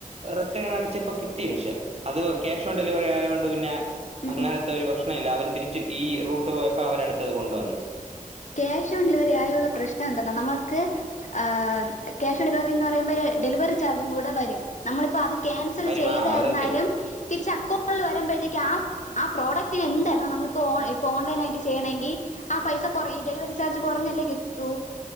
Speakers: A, on the right; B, on the left.
A: റിട്ടേൺ അടിച്ചപ്പോ കിട്ടി പക്ഷേ അത് ക്യാഷ് ഓൺ ഡെലിവറി ആയോണ്ട് പിന്നെ
B: ഉം
A: അങ്ങനത്തെ
B: ഉം
A: ഒരു പ്രശ്ന ഇല്ല അവര് തിരിച്ച് ഈ റൂട്ട് പോയപ്പോ അവരടുത്തത് കൊണ്ടുവന്നു
B: ക്യാഷ് ഓൺ ഡെലിവറി ആയവോള്ള പ്രശ്നം എന്തന്നാ നമ്മുക്ക് ആഹ് ക്യാഷ് ഓൺ ഡെലിവറി എന്ന് പറയുമ്പോ ഡെലിവറി ചാർജും കൂടെ വരും നമ്മളിപ്പോ അ ക്യാൻസല്
A: വരുമാ
B: ചെയ്താരുന്നാലും
A: അത് സത്യം
B: തിരിച്ച് അക്കോൺഡില് വരുമ്പഴത്തേക്ക് ആഹ് ആഹ് പ്രോഡക്റ്റന് എന്താരുന്നോ നമ്മളിപ്പോ ഇപ്പോ ഓൺലൈനായിട്ട് ചെയ്യണമെങ്കിൽ ആ പൈസ കൊറ ഈ ഡെലിവറി ചാർജ് കൊറഞ്ഞല്ലേ കിട്ടൂ